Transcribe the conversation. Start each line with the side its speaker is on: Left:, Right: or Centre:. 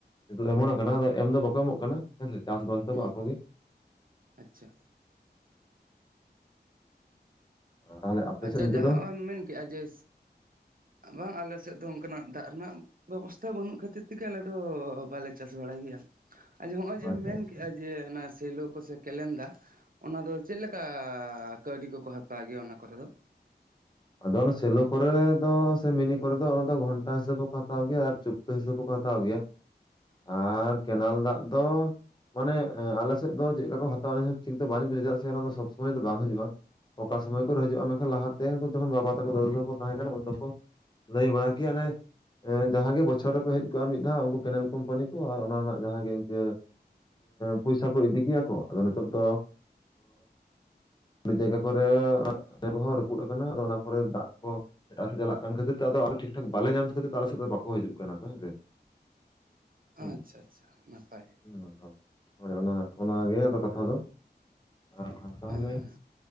Left: ᱱᱤᱛᱚᱜ ᱮᱢᱚᱱ ᱟᱠᱟᱱᱟ ᱟᱫᱚ ᱮᱢ ᱫᱚ ᱵᱟᱠᱚ ᱮᱢᱚᱜ ᱠᱟᱱᱟ ᱦᱮᱸ ᱥᱮ ᱪᱟᱥᱵᱟᱥ ᱫᱟᱠᱚ
Right: ᱦᱩᱸ
Left: ᱟᱠᱚ ᱜᱮ
Right: ᱟᱪᱪᱷᱟ
Left: ᱛᱟᱦᱚᱞᱮ ᱟᱯᱮ
Right: ᱟᱪᱪᱷᱟ
Left: ᱥᱮᱫ ᱱᱤᱝᱠᱟᱹ
Right: ᱡᱟᱦᱟᱸᱢ
Left: ᱫᱚ
Right: ᱢᱮᱱ ᱠᱮᱫᱟ ᱡᱮ ᱵᱟᱝ ᱟᱞᱮ ᱥᱮᱫ ᱫᱚ ᱚᱱᱠᱟᱱᱟᱜ ᱫᱟᱜ ᱨᱮᱱᱟᱜ ᱵᱮᱵᱚᱥᱛᱷᱟ ᱵᱟᱹᱱᱩᱜ ᱠᱷᱟᱹᱛᱤᱨ ᱛᱮᱜᱮ ᱟᱞᱮ ᱫᱚ ᱵᱟᱞᱮ ᱪᱟᱥ ᱵᱟᱲᱟᱭ ᱜᱮᱭᱟ᱾ ᱟᱨ ᱡᱮ ᱱᱚᱜᱼᱚᱭ ᱡᱮ
Left: ᱟᱪᱪᱷᱟ
Right: ᱢᱮᱱ
Left: ᱟᱪᱪᱷᱟ,
Right: ᱠᱮᱫᱮᱜᱼᱟ ᱡᱮ ᱚᱱᱟ ᱥᱮᱞᱳ ᱠᱚ ᱥᱮ ᱠᱮᱞᱮᱱ ᱫᱟᱜ ᱚᱱᱟ ᱫᱚ ᱪᱮᱫ ᱞᱮᱠᱟ ᱠᱟᱹᱣᱰᱤ ᱠᱚᱠᱚ ᱦᱟᱛᱟᱣ ᱜᱮᱭᱟ ᱚᱱᱟ ᱠᱚᱨᱮ ᱫᱚ?
Left: ᱟᱫᱚ ᱚᱱᱟ ᱥᱮᱞᱳ ᱠᱚᱨᱮ ᱫᱚ ᱥᱮ ᱢᱤᱱᱤ ᱠᱚᱨᱮ ᱫᱚ ᱚᱱᱟ ᱫᱚ ᱜᱷᱚᱱᱴᱟ ᱦᱤᱥᱟᱹᱵ ᱦᱚᱸᱠᱚ ᱦᱟᱛᱟᱣ ᱜᱮᱭᱟ ᱟᱨ ᱪᱩᱯᱼᱼ ᱦᱤᱥᱟᱹᱵ ᱦᱚᱠᱚ ᱦᱟᱛᱟᱣ ᱜᱮᱭᱟ ᱟᱨ ᱠᱮᱱᱮᱞ ᱫᱟᱜ ᱫᱚ ᱢᱟᱱᱮ ᱟᱞᱮ ᱥᱮᱫ ᱫᱚ ᱪᱮᱫ ᱞᱮᱠᱟ ᱠᱚ ᱦᱟᱛᱟᱣᱟ ᱴᱷᱤᱠ ᱫᱚ ᱵᱟᱹᱧ ᱵᱩᱡᱷᱟᱹᱣᱟ, ᱪᱮᱫᱟᱜ ᱥᱮ ᱚᱱᱟ ᱫᱚ ᱥᱚᱵ ᱥᱚᱢᱚᱭ ᱫᱚ ᱵᱟᱝ ᱦᱤᱡᱩᱜᱼᱟ᱾ ᱚᱠᱟ ᱥᱚᱢᱚᱭ ᱠᱚᱨᱮ ᱦᱤᱡᱩᱜᱼᱟ ᱢᱮᱱᱠᱷᱟᱱ ᱞᱟᱦᱟᱛᱮ ᱩᱱ ᱡᱚᱠᱷᱚᱱ ᱵᱟᱵᱟ ᱛᱟᱠᱚ ᱫᱟᱫᱩ ᱛᱟᱠᱚ ᱛᱟᱦᱮᱸ ᱠᱟᱱᱟ ᱩᱱ ᱫᱚᱠᱚ ᱞᱟᱹᱭ ᱵᱟᱲᱟ ᱠᱮᱭᱟ ᱞᱮ ᱡᱟᱦᱟ ᱜᱮ ᱵᱚᱪᱷᱚᱨ ᱨᱮᱠᱚ ᱦᱮᱡ ᱠᱚᱜᱼᱟ ᱢᱤᱫ ᱫᱷᱟᱣ ᱩᱱᱠᱩ ᱠᱮᱱᱮᱞ ᱠᱳᱢᱯᱟᱱᱤ ᱠᱚ ᱟᱨ ᱚᱱᱟ ᱨᱮᱱᱟᱜ ᱡᱟᱦᱟᱸᱜ ᱜᱮ ᱤᱱᱠᱟᱹ ᱯᱚᱭᱥᱟ ᱠᱚ ᱤᱫᱤ ᱠᱮᱭᱟ ᱠᱚ ᱟᱫᱚ ᱱᱤᱛᱚᱜ ᱫᱚ ᱟᱹᱰᱤ ᱡᱟᱭᱜᱟ ᱠᱚᱨᱮ <unintelligible> ᱠᱚᱦᱚᱸ ᱨᱟᱹᱯᱩᱫ ᱟᱠᱟᱱᱟ ᱟᱫᱚ ᱚᱱᱟ ᱠᱚᱨᱮ ᱫᱟᱜ ᱠᱚ ᱮᱴᱟᱜ ᱥᱮᱫ ᱪᱟᱞᱟᱜ ᱠᱟᱱ ᱠᱷᱟᱹᱛᱤᱨ ᱛᱮ ᱟᱫᱚ ᱴᱷᱤᱠ ᱴᱷᱟᱠ ᱵᱟᱞᱮ ᱧᱟᱢ ᱠᱷᱟᱹᱛᱤᱨ ᱟᱞᱮ ᱥᱮᱫ ᱫᱚ ᱵᱟᱠᱚ ᱦᱤᱡᱩᱜ ᱠᱟᱱᱟ ᱠᱚ ᱦᱮᱸᱥᱮ᱾ ᱦᱩᱸ
Right: ᱟᱪᱪᱷᱟ ᱟᱪᱪᱷᱟ ᱱᱟᱯᱟᱭ ᱜᱮ
Left: ᱦᱮᱸ ᱦᱳᱭ ᱚᱱᱟ ᱚᱱᱟᱜᱮ ᱟᱫᱚ ᱠᱟᱛᱷᱟ ᱫᱚ ᱟᱨ ᱛᱟᱦᱚᱞᱮ
Right: ᱮᱸᱻ